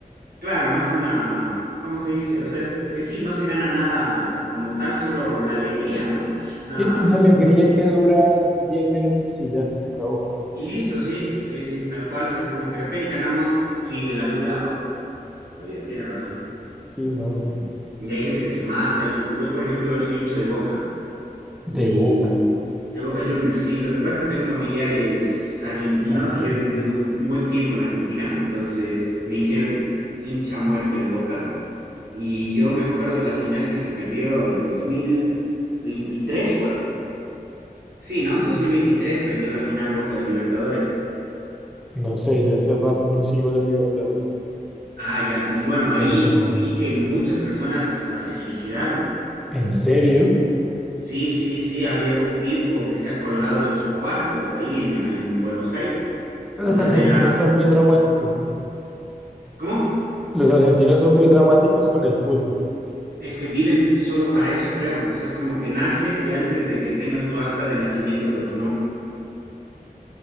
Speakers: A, on the right; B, in the centre.
A: Claro, más que una, ¿cómo se dice? O sea, es, es que sí, no se gana nada como tal, solo la alegría, ¿no?
B: Sí,
A: Nada más.
B: una alegría que dura 10 minutos y ya, se acabó.
A: Y listo, sí, sí, sí, tal cual. Es como que, ok, ganamos, sigue la vida. Oh, ya tienes razón.
B: Sí, no,
A: Y hay gente que se mata. Yo, yo, por ejemplo, igual soy hincha de Boca.
B: de
A: Y
B: Boca,
A: de Boca Juniors, sí. Lo que pasa es que tengo familiares argentinos
B: argentinos.
A: y yo he vivido un, un buen tiempo en Argentina. Entonces me hicieron hincha a muerte de Boca. Y yo me acuerdo la final que se perdió el 2023, ¿fue? Sí, ¿no? 2023 perdió la final Boca de Libertadores.
B: No sé, ya hace rato no sigo la Libertadores,
A: Ah, ya. Y bueno,
B: pero
A: ahí vi que muchas personas hasta se suicidaron.
B: en serio,
A: Sí, sí, sí, ha habido un tipo que se ha colgado en su cuarto, ahí en, en Buenos Aires,
B: los
A: de una,
B: argentinos
A: de la,
B: son muy dramáticos, ¿no?
A: ¿cómo?
B: Los argentinos son muy dramáticos con el fútbol,
A: Es que viven solo para eso, creo. O sea, es como que naces y antes de que tengas tu acta de nacimiento con tu nombre,